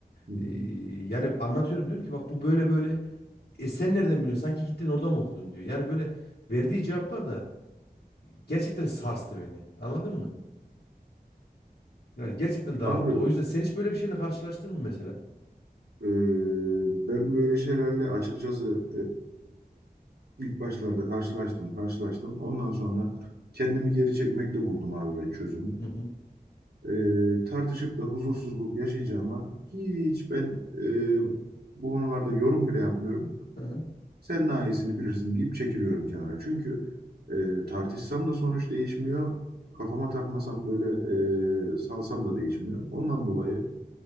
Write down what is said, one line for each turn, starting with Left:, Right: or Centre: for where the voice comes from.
Right: hı
Left: e,
Right: hı.
Left: yani anlatıyorum diyorum ki bak bu böyle böyle. E sen nereden biliyorsun? Sanki gittin orada mı okudun diyor. Yani böyle verdiği cevaplar da gerçekten sarstı beni. Anladın mı? Yani gerçekten daralttı.
Right: abi
Left: O yüzden sen hiç böyle bir şeyle karşılaştın mı mesela?
Right: ee, ben böyle şeylerle açıkçası ee, ilk başlarda karşılaştım, karşılaştım. Ondan sonra kendimi geri çekmekte buldum abi ben çözümü.
Left: Hı hı.
Right: e, tartışıp da huzursuzluk yaşayacağıma hiç ben e, bu konularda yorum bile yapmıyorum.
Left: Hı hı.
Right: Sen daha iyisini bilirsin deyip çekiliyorum kenara. Çünkü e, tartışsam da sonuç değişmiyor. Kafama takmasam böyle e, salsam da değişmiyor. Ondan dolayı